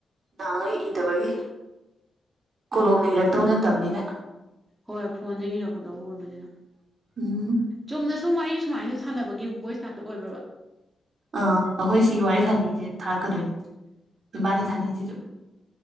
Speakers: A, on the right; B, on the right.
A: ꯅꯍꯥꯡꯉꯩ ꯏꯗꯕꯒꯤ ꯀꯣꯂꯣꯝꯅ
B: ꯎꯝ
A: ꯏꯔꯛꯇꯧ ꯅꯠꯇꯝꯅꯤꯅ꯫
B: ꯍꯣꯏ ꯐꯣꯟꯗꯒꯤ ꯏꯔꯛꯀꯗꯧꯕ ꯑꯣꯏꯕꯅꯤꯅ꯫
A: ꯎꯝ
B: ꯆꯨꯝꯅ ꯁꯨꯝ ꯋꯥꯔꯤ ꯁꯨꯃꯥꯏꯅ ꯁꯥꯟꯅꯕꯒꯤ ꯚꯣꯏꯁ ꯉꯥꯛꯇ ꯑꯣꯏꯕ꯭ꯔꯕ꯫
A: ꯑꯥ ꯑꯩꯈꯣꯏ ꯁꯤ ꯋꯥꯔꯤ ꯁꯥꯟꯅꯩꯁꯦ ꯊꯥꯔꯛꯀꯗꯣꯏꯅꯦ
B: ꯑꯣ
A: ꯏꯕꯥꯅꯤ ꯁꯥꯟꯅꯩꯁꯤꯁꯨ꯫